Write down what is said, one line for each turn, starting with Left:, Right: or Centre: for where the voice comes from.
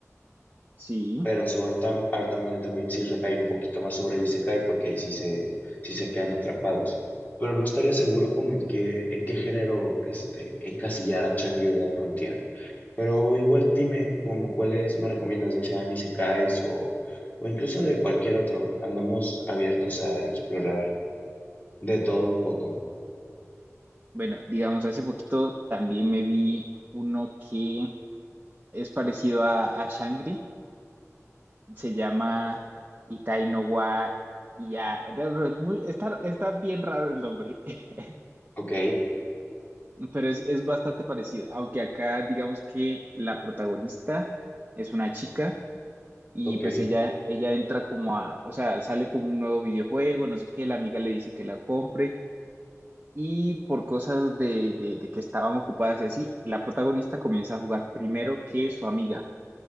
Right: sí.
Left: Pero su Art Tam- Art Online también sí recae un poquito más sobre el Isekai, porque ahí sí se, sí se quedan atrapados. Pero no estaría seguro como en qué, en qué género este, encasillar a Shangri-La Frontier. Pero igual dime como cuáles me recomiendas, ya sean Isekais o, o incluso de cualquier otro. Andamos abiertos a explorar de todo un poco.
Right: Bueno, digamos, hace poquito también me vi uno que es parecido a, a Shangri, se llama Itai no wa Ya. Es muy- Está, está bien raro el nombre, <laughs>
Left: Ok,
Right: pero es, es bastante parecido, aunque acá digamos que la protagonista es una chica y
Left: ok,
Right: pues ella, ella entra como a, o sea, sale como un nuevo videojuego, no sé qué, la amiga le dice que la compre y por cosas de, de, de que estaban ocupadas y así, la protagonista comienza a jugar primero que su amiga.